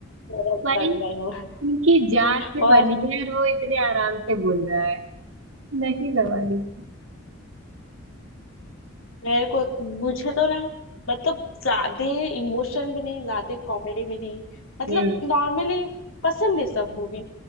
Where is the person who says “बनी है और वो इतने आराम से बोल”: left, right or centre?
Right